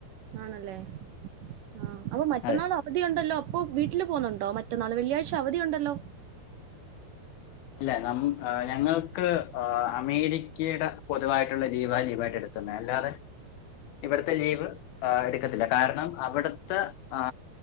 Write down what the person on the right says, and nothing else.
ആണല്ലേ ആ അപ്പൊ മറ്റന്നാൾ
അവധിയുണ്ടല്ലോ അപ്പൊ വീട്ടില് പോവുന്നുണ്ടോ മറ്റന്നാള് വെള്ളിയാഴ്ച അവധിയുണ്ടല്ലോ